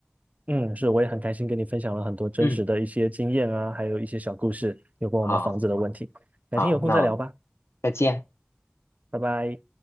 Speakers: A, on the right; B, on the left.
A: 嗯，是，我也很开心跟你分享了很多真实的一些经验啊，
B: 嗯，
A: 还有一些小故事，有关我们房子的问题。
B: 好，
A: 改天有空再聊吧，
B: 好，那我们再见。
A: 拜拜。